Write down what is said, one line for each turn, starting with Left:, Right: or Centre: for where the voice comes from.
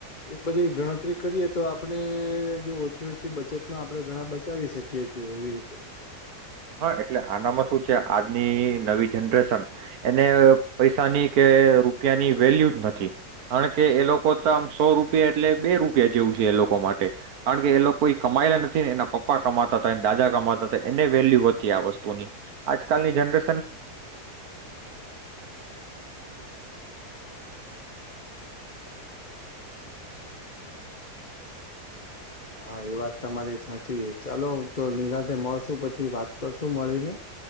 Left: એ બધી ગણતરી કરીએ તો આપણે જો ઓછી ઓછી બચતમાં આપણે ઘણા બચાવી શકીએ છીએ એવી રીતે.
Right: હા એટલે આનામાં શું છે આજની નવી જનરેશન એને પૈસાની કે રૂપિયાની વેલ્યુ જ નથી કારણ કે એ લોકો તો આમ સો રૂપિયા એટલે બે રૂપિયા જેવું છે એ લોકો માટે કારણ કે એ લોકો કોઈ કમાયલા નથીને એના પપ્પા કમાતા હતા દાદા કમાતા હતા એને વેલ્યુ હતી આ વસ્તુની આજકાલની જનરે
Left: હા એ વાત તમારી સાચી છે ચાલો તો નિનાતે મળશું પછી વાત કરશું મળીને.